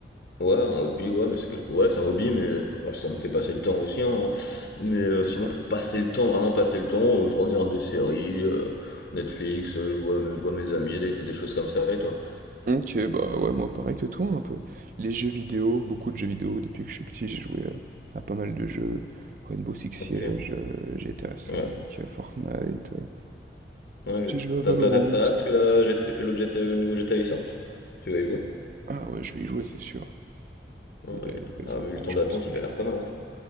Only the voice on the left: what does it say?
je- ouais, un hobby, ouais, mais c'est quelque... ouais, c'est un hobby, mais bah, ça me fait passer le temps aussi. hein. Mais euh,
sinon,
pour passer le temps, vraiment passer le temps, euh, je regarde des séries, euh, Netflix, euh, je vois, je vois mes amis, des, des choses comme ça, et toi?
Ok.
Ouais.
Ouais, j'ai-
t'as t'as- t'as- t'as hâte que la GT que l'autre GTA, le nouveau GTA il sorte? Tu vas y jouer?
Ouais.
Ah,
vu le temps
d'attente,
il
a l'air pas mal, hein, je crois.